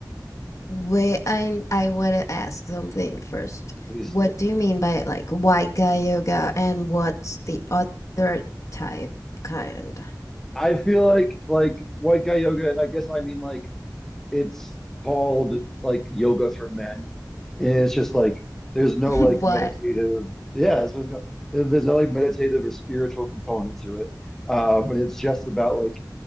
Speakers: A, on the left; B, in the centre.
A: Wait, I I want to ask something first.
B: Please
A: What
B: do.
A: do you mean by like white guy yoga and what's the other type kind?
B: I feel like like white guy yoga, I guess I mean like it's called like yoga for men, and it's just like there's no
A: <laughs>
B: like
A: What?
B: meditative. Yeah, that's what it's There's no there's no like meditative or spiritual component to it, um, and it's just about like